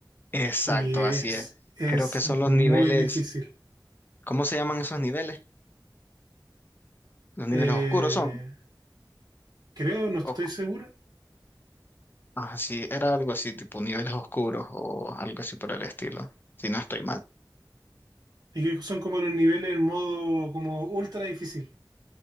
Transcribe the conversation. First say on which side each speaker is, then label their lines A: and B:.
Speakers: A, on the left (about 25°); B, on the right (about 60°).
A: Exacto,
B: Y es,
A: así es.
B: es
A: Creo que son los
B: muy
A: niveles,
B: difícil.
A: ¿cómo se llaman esos niveles? Los niveles
B: Eh,
A: oscuros son.
B: creo, no estoy
A: O,
B: seguro.
A: ah, sí, era algo así, tipo niveles oscuros o algo así por el estilo, si no estoy mal.
B: Y que son como los niveles en modo como ultra difícil,